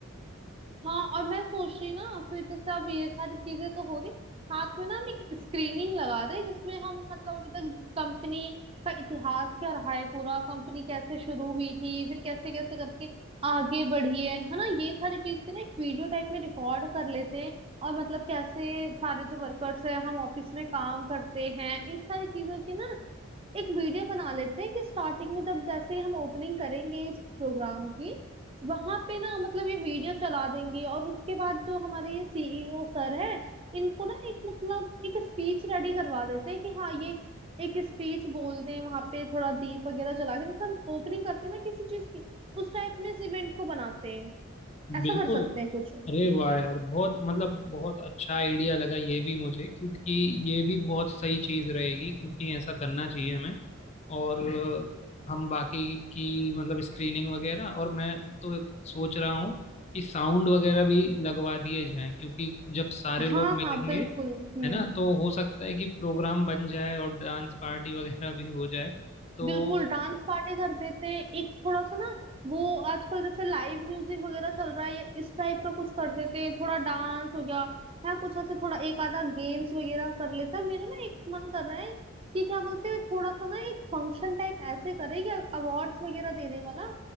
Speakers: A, on the right; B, on the left.
A: हाँ और मैं सोच रही ना फिर जैसे अब ये सारी चीजें तो हो रही साथ में ना हम एक स्क्रीनिंग लगा दें जिसमें हम मतलब अभी तक कंपनी का इतिहास क्या रहा है पूरा कंपनी कैसे शुरू हुई थी फिर कैसे कैसे करके आगे बढ़ी है है ना ये सारी चीज की ना एक वीडियो टाइप में रिकॉर्ड कर लेते हैं और मतलब कैसे सारे जो वर्कर्स हैं हम ऑफिस में काम करते हैं इस सारी चीजों की ना एक वीडियो बना लेते हैं कि स्टार्टिंग में जब जैसे हम ओपनिंग करेंगे इस प्रोग्राम की वहां पे ना मतलब ये वीडियो चला देंगे और उसके बाद जो हमारे ये सीईओ सर है इनको ना एक मतलब एक स्पीच रेडी करवा देते हैं कि हाँ ये एक स्पीच बोल दें वहां पे थोड़ा दीप वगैरह जला के जैसे हम ओपनिंग करते हैं ना किसी चीज की उस टाइप में इस इवेंट को बनाते हैं ऐसा
B: बिल्कुल
A: कर सकते हैं कुछ
B: अरे वाह यार बहुत मतलब बहुत अच्छा आइडिया लगा ये भी मुझे क्योंकि ये भी बहुत सही चीज रहेगी क्योंकि ऐसा करना चाहिए हमें और अ, हम बाकी की मतलब स्क्रीनिंग वगैरह और मैं तो सोच रहा हूँ कि साउंड वगैरह भी लगवा दिए जाएं क्योंकि जब सारे लोग
A: हाँ हाँ
B: मिलेंगे
A: बिल्कुल हम्म
B: है ना तो हो सकता है कि प्रोग्राम बन जाए और डांस पार्टी <laughs> वगैरह भी हो जाए तो
A: बिल्कुल डांस पार्टी कर देते हैं एक थोड़ा सा ना वो आजकल जैसे लाइव म्यूजिक वगैरह चल रहा है ये इस टाइप का कुछ कर देते हैं थोड़ा डांस हो गया है कुछ ऐसे थोड़ा एक आधा गेम्स वगैरह कर लेता है मेरा ना एक मन कर रहा है कि क्या बोलते हैं थोड़ा सा ना एक फंक्शन टाइप ऐसे करें कि अवार्ड्स वगैरह देने वाला